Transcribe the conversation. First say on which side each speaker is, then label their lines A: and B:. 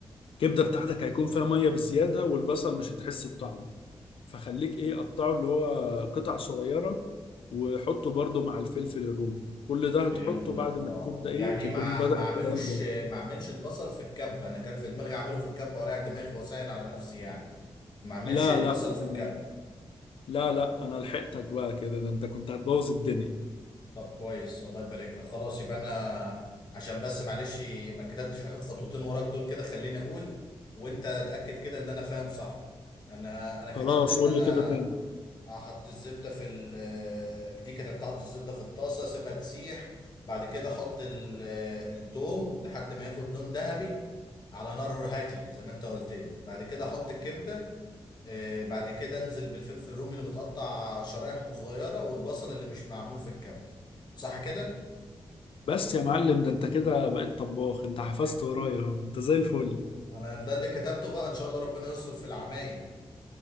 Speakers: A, on the left; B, on the left.
A: الكبدة بتاعتك هيكون فيها مية بزيادة والبصل مش هتحس بطعمه فخليك ايه قطعه اللي هو قطع صغيرة وحطه برضو مع الفلفل الرومي كل ده هتحطه
B: فهمتك
A: بعد ما
B: اه
A: تبدأ ايه
B: يعني
A: تكون
B: ما
A: بدأت
B: ما اعملوش
A: تغير
B: ما اعملش البصل في الكبة انا كان في دماغي اعمله في الكبة واريح دماغي واسهل على نفسي يعني ما اعملش
A: لا
B: البصل
A: لا أنا-
B: في الكبة
A: لا لا انا لحقتك بقى كده ده انت كنت هتبوظ الدنيا
B: طب كويس الله يبارك لك خلاص يبقى انا عشان بس معلش ما كتبتش اخر خطوتين وراك دول كده خليني اقول وانت اتاكد كده ان انا فاهم صح انا انا
A: خلاص
B: كتبت ان
A: قول
B: انا
A: لي كده تاني
B: احط الزبده في ال دي كتبت احط الزبده في الطاسه اسيبها تسيح بعد كده احط ال- التوم لحد ما ياخد لون ذهبي على نار هاديه زي ما انت قلت لي بعد كده احط الكبده آه، بعد كده انزل بالفلفل الرومي اللي متقطع شرايح صغيره والبصل اللي مش معمول في الكبه صح كده
A: بس يا معلم ده انت كده بقيت طباخ انت حفظت ورايا اهو انت زي الفل
B: انا ده اللي كتبته بقى ان شاء الله ربنا يستر في العمايل